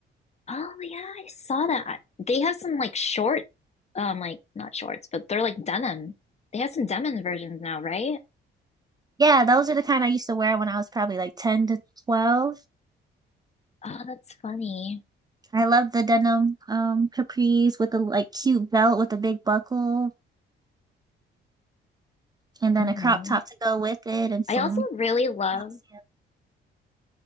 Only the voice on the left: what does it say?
Oh, yeah, I saw that. They have some like short, um, like not shorts, but they're like denim. They have some denim versions now, right?
Oh, that's funny.
hmm
I also really love.